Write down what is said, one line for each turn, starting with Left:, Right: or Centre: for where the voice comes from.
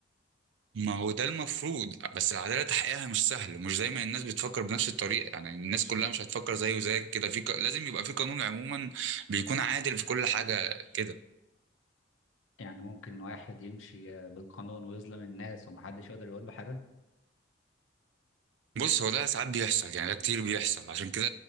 Right: ما هو ده المفروض بس العداله تحقيقها مش سهل ومش زي ما الناس بتفكر بنفس الطريقه يعني الناس كلها مش هتفكر زي وزيك كده في ق... لازم يبقى في قانون عموما بيكون عادل في كل حاجه كده
Left: يعني ممكن واحد يمشي آه، بالقانون ويظلم الناس ومحدش يقدر يقول له حاجة
Right: بص هو ده ساعات بيحصل يعني ده كتير بيحصل عشان كده